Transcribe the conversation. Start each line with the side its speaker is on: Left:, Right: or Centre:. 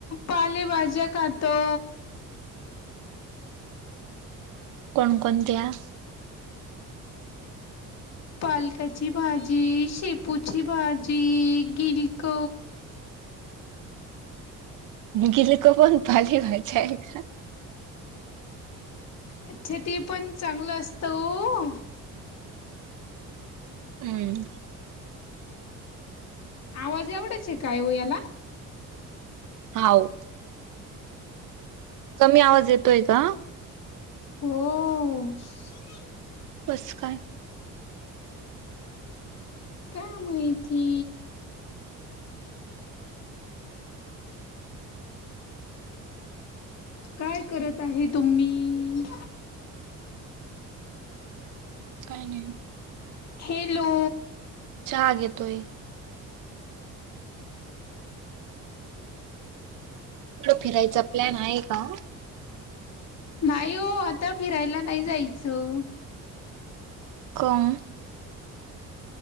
Left: पालेभाज्या खातो.
Right: कोण कोणत्या?
Left: पालकाची भाजी, शेपूची भाजी, गिलक
Right: गिलक कोण भाजी भाज्या य
Left: अच्छा ते पण चांगलं असतं ओ.
Right: हम्.
Left: आवाज एवढाच आहे काय हो याला?
Right: हाव. कमी आवाज येतोय का?
Left: हो --
Right: कस काय?
Left: काय माहिती? काय करत आहे तुम्ही?
Right: काही नाही.
Left: हॅलो
Right: चहा घेतोय. कुठ फिरायचा प्लॅन आहे का?
Left: नाही ओ आता फिरायला नाही जायचं.
Right: कम